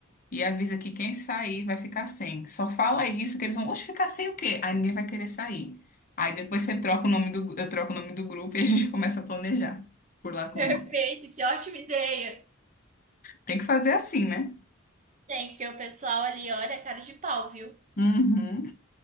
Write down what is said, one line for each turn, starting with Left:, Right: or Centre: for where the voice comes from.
Left: e avisa que quem sair vai ficar sem. Só fala isso que eles vão, oxe, ficar sem o quê? Aí ninguém vai querer sair. Aí depois você troca o nome do, gru- eu troco o nome do grupo e a gente <laughs> começa a planejar por lá com
Right: Perfeito,
Left: ele.
Right: que ótima ideia.
Left: Tem que fazer assim, né?
Right: Tem, porque o pessoal ali olha a cara de pau, viu?
Left: Uhum.